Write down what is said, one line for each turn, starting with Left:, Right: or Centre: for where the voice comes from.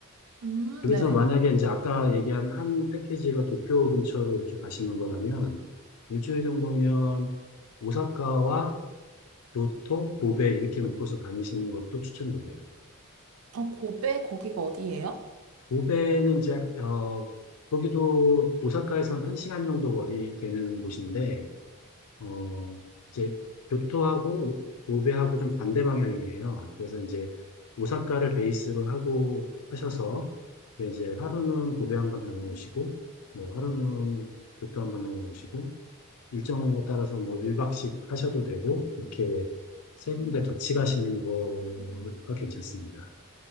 Right: 음,
Left: 그래서
Right: 네.
Left: 만약에 이제 아까 얘기한 한 패키지가 도쿄 근처로 이렇게 가시는 거라면 일주일 정도면 오사카와 교토, 고베 이렇게 묶어서 다니시는 것도 추천드려요.
Right: 아, 고베 거기가 어디예요?
Left: 고베는 이제 어 거기도 오사카에선 한시간 정도 거리 되는 곳인데 어, 이제 교토하고 오- 오베하고 좀 반대 방향이에요. 그래서 이제 오사카를 베이스로 하고 하셔서 그 이제 하루는 고베 한번 다녀오시고 뭐 하루는 교토 한번 다녀오시고 일정에 따라서 뭐 1박씩 하셔도 되고 그렇게 세 군데 같이 가시는 거가 괜찮습니다.